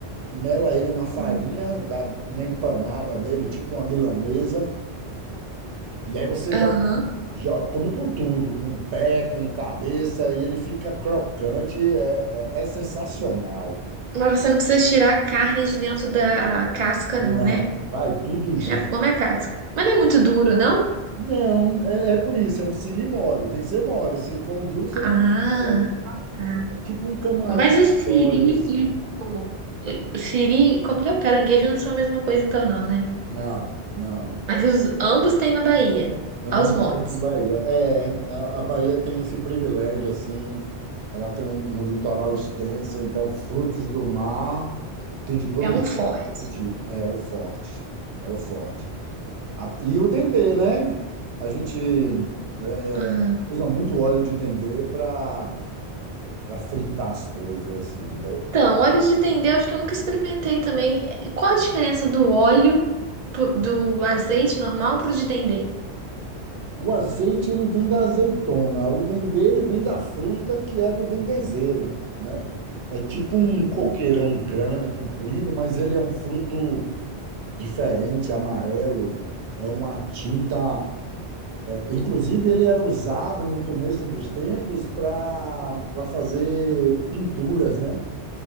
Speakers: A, on the right; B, on the right.
A: mela ele na farinha,
B: Hum.
A: dá uma empanada nele, tipo uma milanesa. E aí você
B: Aham.
A: joga, joga- come com tudo, com pé, com cabeça e ele fica crocante. É, é, é sensacional.
B: Mas você não precisa tirar a carne de dentro da casca,
A: Não,
B: não, né?
A: vai tudo
B: Já come a casca. Mas não é muito duro, não?
A: Não, é, é por isso, é um siri mole, tem que ser mole. Se for um duro, você não.
B: Ah,
A: <laughs>
B: tá.
A: Tipo um camarão
B: Mas o siri
A: de óleo assim.
B: e o... o Siri, como que é? O caranguejo não são a mesma coisa, então, não, né?
A: Não, não.
B: Mas os, ambos têm na Bahia,
A: Ambos
B: aos montes.
A: estão na Bahia. É, a, a Bahia tem esse privilégio, assim, ela tem um, um litoral extenso, então frutos do mar tem de todos,
B: É um forte.
A: todo tipo. É o forte, é o forte. A- e o dendê, né? A gente é,
B: Aham.
A: é, usa muito óleo de dendê para para fritar as coisas, assim. né?
B: Então, óleo de dendê, eu acho que eu nunca experimentei também. Qual a diferença do óleo, pro- do azeite normal pro de dendê?
A: O azeite ele vem da azeitona, o dendê ele vem da fruta que é do dendezeiro, né? É tipo um
B: Hum,
A: coqueirão grande, comprido, mas ele é um fruto diferente, amarelo, é uma tinta. é, Inclusive, ele era usado no começo dos tempos para para fazer pinturas, né?